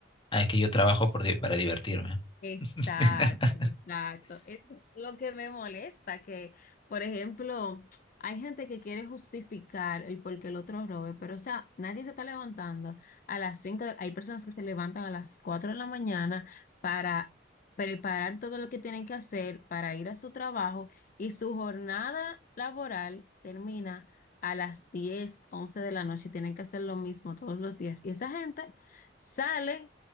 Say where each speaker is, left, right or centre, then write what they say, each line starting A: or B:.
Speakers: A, on the left (about 25°); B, on the left (about 45°).
A: Ah, es que yo trabajo por di- para divertirme.
B: Exacto,
A: <laughs>
B: exacto. Es lo que me molesta, que, por ejemplo, hay gente que quiere justificar el por qué el otro robe, pero, o sea, nadie se está levantando a las 5. hay personas que se levantan a las 4 de la mañana para preparar todo lo que tienen que hacer para ir a su trabajo y su jornada laboral termina a las 10, 11 de la noche, tienen que hacer lo mismo todos los días. Y esa gente sale